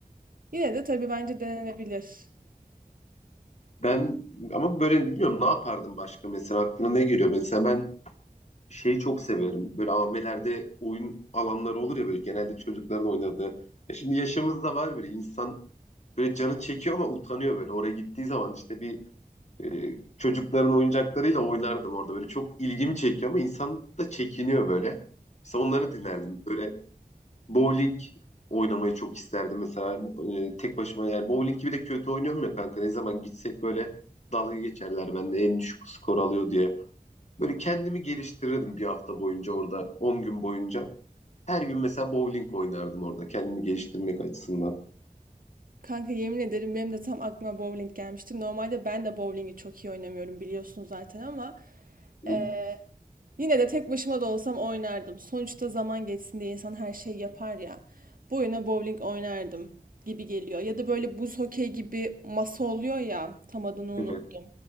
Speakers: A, on the right; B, on the left.
A: yine de tabii bence denenebilir.
B: Ben ama böyle bilmiyorum ne yapardım başka mesela aklına ne geliyor? Mesela ben şeyi çok severim. Böyle AVM'lerde oyun alanları olur ya böyle genelde çocukların oynadığı. Ya şimdi yaşımız da var bile insan böyle canı çekiyor ama utanıyor böyle. Oraya gittiği zaman işte bir Ee, çocukların oyuncaklarıyla oynardım orada. Böyle çok ilgimi çekiyor ama insan da çekiniyor böyle. İşte onları dinlerdim. Böyle bowling oynamayı çok isterdim mesela. Ee, tek başıma yani bowling gibi de kötü oynuyorum ya kanka. Ne zaman gitsek böyle dalga geçerler bende en düşük skor alıyor diye. Böyle kendimi geliştirirdim bir hafta boyunca orada. on gün boyunca. Her gün mesela bowling oynardım orada kendimi geliştirmek açısından.
A: Kanka yemin ederim benim de tam aklıma bowling gelmişti. Normalde ben de bowlingi çok iyi oynamıyorum biliyorsunuz zaten ama
B: Hı,
A: eee, yine de tek başıma da olsam oynardım. Sonuçta zaman geçsin diye insan her şeyi yapar ya. Bu oyuna bowling oynardım gibi geliyor. Ya da böyle buz hokey gibi masa oluyor ya tam adını unuttum.
B: Evet.